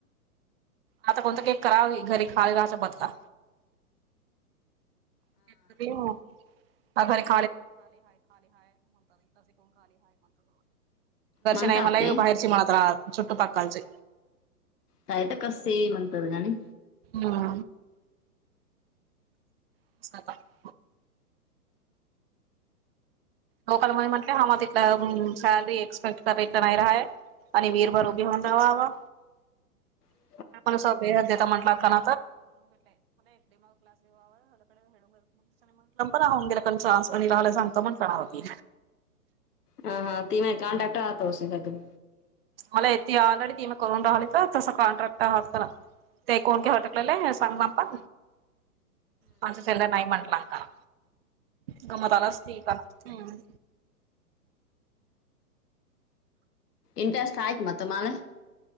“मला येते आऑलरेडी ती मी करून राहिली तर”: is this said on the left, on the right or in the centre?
Right